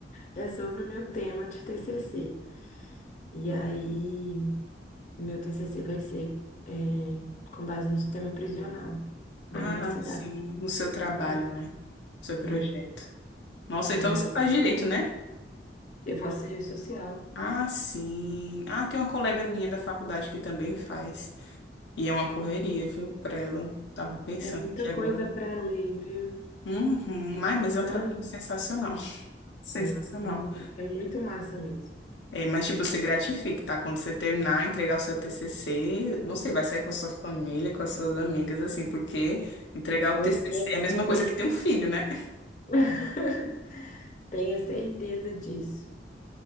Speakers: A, on the left (about 40°); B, on the left (about 90°).
A: é sobre o meu tema de TCC. E aí, meu TCC vai ser é, com base no sistema prisional da
B: Ah,
A: minha cidade.
B: sim, no seu trabalho,
A: E,
B: né? Seu projeto.
A: é,
B: Nossa, então
A: e aí,
B: você faz direito, né?
A: eu faço serviço social.
B: Ah, sim. Ah, tem uma colega minha da faculdade que também faz. E é uma correria, viu, pra ela. Tava pensando
A: É muita
B: aqui agora.
A: coisa para ler, viu?
B: Uhum. Ai, mas é um
A: Ah,
B: trabalho sensacional. <laughs> Sensacional.
A: é, é muito, é muito massa mesmo.
B: É, mas, tipo, se gratifique, tá? Quando você terminar, entregar o seu TCC, não sei, vai sair com a sua família, com as suas amigas, assim, porque entregar o
A: Pois
B: TCC
A: tenha,
B: é a mesma coisa
A: cer-
B: que ter um filho, né?
A: <laughs> tenha certeza disso.